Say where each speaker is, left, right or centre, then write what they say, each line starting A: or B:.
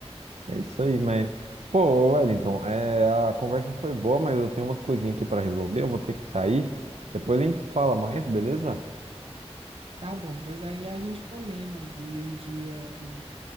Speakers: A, on the right (about 80°); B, on the right (about 60°).
A: É isso aí, mas pô, Wellington, é, a conversa foi boa, mas eu tenho umas coisinhas aqui pra resolver, eu vou ter que sair. Depois a gente fala mais, beleza?
B: Tá bom, pois aí a gente combina de um dia a gente